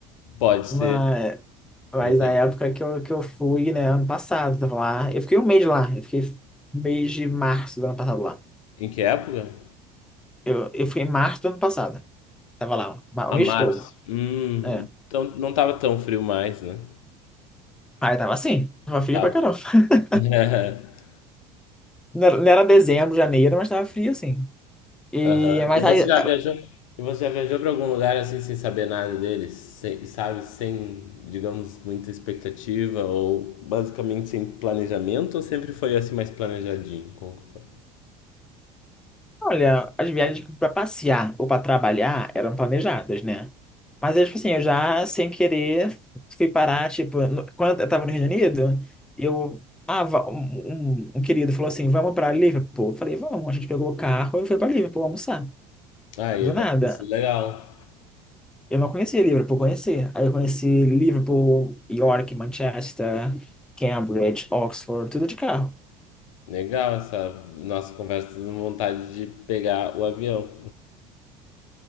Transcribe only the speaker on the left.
Pode ser.
Muito.
Em que época?
A
março.
Hum,
então não tava tão frio mais, né?
Tá.
<laughs>
Aham.
E você
já viajou? E você já viajou para algum lugar assim sem saber nada deles, sem, sabe, sem, digamos, muita expectativa ou basicamente sem planejamento ou sempre foi assim mais planejadinho? Como que foi?
Ah, e
deve ter sido legal.
Legal essa nossa conversa dando vontade de pegar o avião.